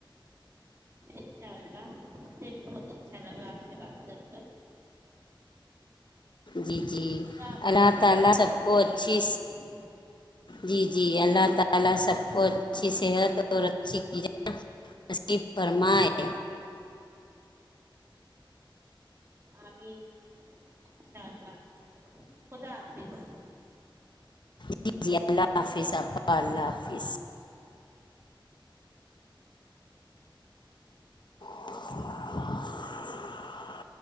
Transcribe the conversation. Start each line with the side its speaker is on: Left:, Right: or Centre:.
Right: انشاء اللہ مجھے بھی بہت اچھا لگا سے بات کرتا
Left: جی جی
Right: خدا حافظ
Left: اللہ
Right: پھر
Left: تانا
Right: بات
Left: سب
Right: کرتے
Left: کو
Right: ہیں
Left: اچھی
Right: کسی دن
Left: جی جی اللہ تعالی سب کو اچھی صحت اور اچھی چیزیں نصیب فرمائے
Right: آمین انشاء اللہ خدا آافظ
Left: جی جی اللہ حافظ اقا اللہ حافظ <unintelligible>